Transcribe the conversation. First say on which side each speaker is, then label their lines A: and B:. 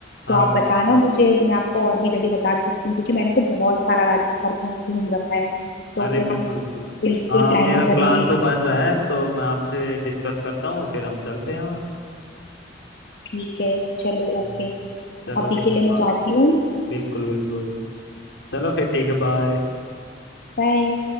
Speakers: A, on the left (about 85°); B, on the left (about 60°).
A: हाँ
B: तो आप बताना मुझे मैं आपको और भी जगह बता सकती हूँ क्योंकि मैंने तो बहुत सारा राजस्थान घूम घूम रखा है तो
A: अरे
B: फिर
A: बिल्कुल
B: हम
A: बिल्कुल
B: बिल्कुल
A: हाँ
B: प्लानिंग
A: मेरा
B: करेंगे
A: प्लान तो बन रहा है तो मैं आपसे डिस्कस करता हूँ फिर हम चलते हैं वहाँ
B: ठीक है चलो
A: हम्म।
B: ओके
A: चलो
B: अभी
A: ठीक
B: के
A: है
B: लिए मैं
A: बा
B: जाती हूँ
A: बिल्कुल बिल्कुल चलो फिर ठीक है बाय
B: बाय